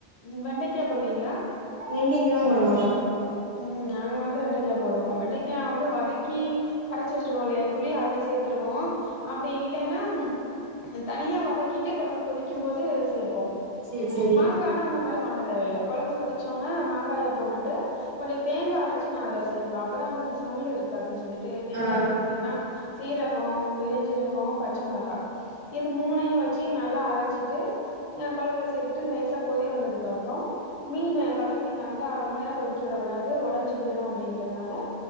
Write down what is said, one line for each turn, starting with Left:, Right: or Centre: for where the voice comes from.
Left: உம் வெண்டைக்கா போடுவீங்ளா
Right: வெண்டைக்கால்லா போடமாட்டோ
Left: ம் நாங்க வந்து வெண்டைக்கா போடுவோ வெண்டைக்கா வந்து வதக்கி கரச்சி வச்சிருக்கோ இல்லையா புளி அதுல சேத்துருவோ அப்டி இல்லென்னாம் இன் தனியா வதக்கிட்டு கொழம்பு கொதிக்கும் போது சேப்போ
Right: சேரி சேரி
Left: மாங்கானா அந்த மாரி பண்ண தேவையில்ல கொழம்பு கொதிச்சோனே மாங்காய போட்டுட்டு கொஞ்சோ தேங்கா அரச்சி நா அதுல சேப்பே அப்பதா வந்து இந்த ஸ்மெல் இருக்காதுன் சொல்லிட்டு தேங்காய
Right: ஆ
Left: பாத்தீங்கின்னா சீரகோ பெருஞ்சீரஹோ பச்சமொளஹா எது மூணையு வச்சி நல்லா அரச்சிட்டு ய கொழம்ப்ளஸ் தேத்துட்டு லேசா கொதி வந்ததுக்கப்றோ மீனு கடல் மீனருந்தா ரொம்ப நேர கொதிக் சுட கூடாது ஒடஞ்சி போய்டு அப்டிங்கறதுனால